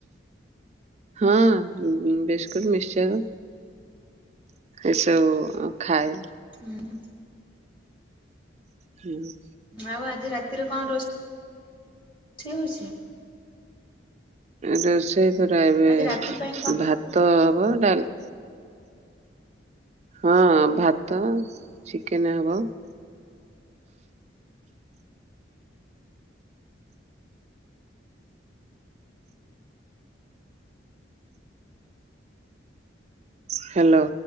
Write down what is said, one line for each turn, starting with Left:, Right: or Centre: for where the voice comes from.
Right: ହଁ, ବିସ୍କୁଟ ମିକ୍ସଚର୍ ଏସବୁ ଖାଏ।
Left: ହୁଁ।
Right: ହୁଁ।
Left: ଆଉ ଆଜି ରାତିରେ କଣ ରୋଷେ ଠି ହଉଛି?
Right: ରୋଷେଇ ତରେ ଏବେ
Left: ଆଜି ରାତି ପାଇଁ କଣ
Right: ଭାତ ତ ହବ, ଡାଲ ହଁ, ଭାତ, ଚିକେନ ହବ ହ୍ୟାଲୋ।